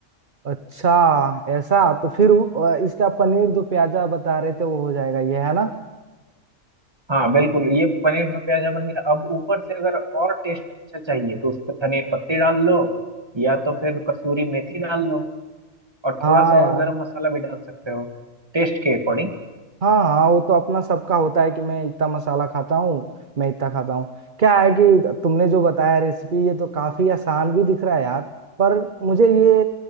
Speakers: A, on the right (about 40°); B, on the right (about 20°).
A: अच्छा ऐसा तो फिर वो- इसका पनीर जो प्याजा बता रहे थे वो हो जाएगा ये है ना
B: हाँ बिल्कुल ये पनीर दो प्याजा बन गया अब ऊपर से अगर और टेस्ट अच्छा चाहिए तो उस पर धनिया पत्ती डाल लो या तो फिर कसूरी मेथी डाल लो और
A: हाँ
B: थोड़ा सा
A: यार
B: और गरम मसाला भी डाल सकते हो टेस्ट के अकॉर्डिंग
A: हाँ हाँ वो तो अपना सबका होता है कि मैं इतना मसाला खाता हूँ मैं इतना खाता हूँ क्या है कि तुमने जो बताया रेसिपी ये तो काफी आसान भी दिख रहा है यार पर मुझे ये